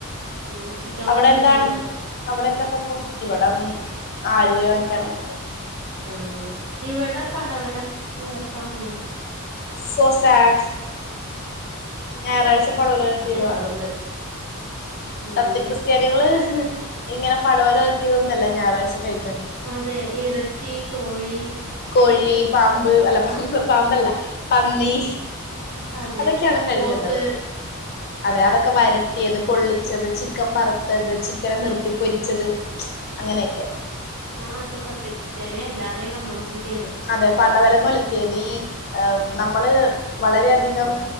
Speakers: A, on the right (about 75°); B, on the left (about 45°).
A: ഉം ചിക്കൻ
B: അവ്ടെന്താണ്
A: വാങ്ങിക്കായിരുന്നില്ലേ
B: അവ്ടെ എന്താ സംഭവം ഇവടം ആര് പോയ് വാങ്ങിക്ക്യാനാണ്
A: ആഹ് ഇവെടെ പടവലം ഒലത്താമോ
B: സൊ സാഡ്സ് ഞായറാഴ്ച്ച പടവലോൽത്തീതാ
A: ഇല്ല അതുകൊണ്ട് ഉം
B: സത്യക്രിസ്ത്യാനികെള് ഇങ്ങെനെ പടവല ഒൽത്തീതൊന്നുല്ല ഞായറാഴ്ച്ച കഴി
A: അതെ ഇറച്ചീ കോഴീ
B: കോഴീ പാമ്പ് അല്ല പാമ്പ് പാമ്പല്ല പന്നി
A: അതെ
B: അതൊക്കെയാണ് കഴിക്കെണ്ടെത്
A: പോത്ത്
B: അതെ അതൊക്കെ വരട്ടി അത് പൊള്ളി ച്ച ഒത് ചിക്കൻ വറ്ത്തത് ചിക്കനെ നിർത്തി പൊരിച്ചത് അങ്ങനെയെക്കെ
A: ആഹ് ഇപ്പ സത്യക്രിസ്ത്യാനിയെല്ലാതേയ് വന്നോണ്ടിരിക്ക്യാണ്
B: അതെ പടവലങ്ങ ഒലെത്തിയെത് ഈ നമ്മള് വളരെ അധികം